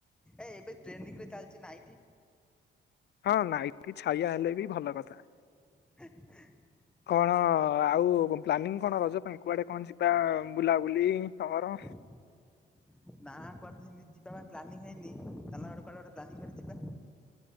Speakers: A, in the centre; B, on the left.
A: ଏ ଏବେ ଟ୍ରେନିଂ ରେ ଚାଲିଛି ନାଇଟ।
B: ହଁ, ନାଇଟ ଛାଇଆ ହେଲେ ବି ଭଲ କଥା।
A: <unintelligible>
B: କଣ ଆଉ ପ୍ଲାନିଂ କଣ ରଜ ପାଇଁ କୁଆଡେ କଣ ଯିବା ବୁଲାବୁଲି ତମର?
A: <unintelligible> ନା କୁଆ ହେଇି ଯିବା ପାଇଁ ପ୍ଲାନିଂ ହେଇନି, ଚାଲନା କୁଆଡେେ ପ୍ଲାନିଂ କରି ଯିବା।